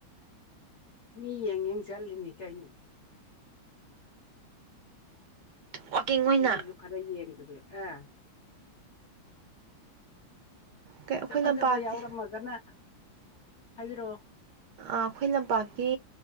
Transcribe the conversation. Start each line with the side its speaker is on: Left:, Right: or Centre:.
Left: ꯃꯤ ꯌꯦꯡ ꯌꯦꯡ ꯆꯠꯂꯤꯅꯤ ꯀꯩꯅꯣ꯫
Right: ꯋꯥꯛꯀꯤꯡ ꯑꯣꯏꯅ
Left: ꯃꯤꯁꯨ ꯈꯔ ꯌꯦꯡꯗꯕꯤ ꯑꯦ
Right: ꯀꯩ
Left: ꯐꯖ
Right: ꯑꯩꯈꯣꯏ
Left: ꯐꯖꯕ
Right: ꯂꯝꯄꯥꯛꯀꯤ
Left: ꯌꯥꯎꯔꯝꯃꯒꯅ ꯍꯥꯏꯕꯤꯔꯛꯑꯣ꯫
Right: ꯑ ꯑꯩꯈꯣꯏ ꯂꯝꯄꯥꯛꯀꯤ